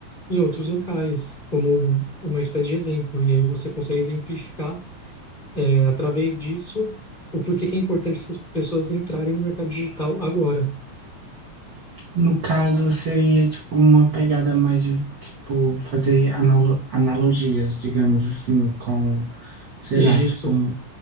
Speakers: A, on the left (about 20°); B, on the right (about 65°).
A: em outros locais, como uma espécie de exemplo. E aí você consegue exemplificar é, através disso o porquê que é importante essas pessoas entrarem no mercado digital agora.
B: No caso, seria tipo uma pegada mais de tipo fazer analo- analogias, digamos assim, com, sei
A: Isso.
B: lá, tipo um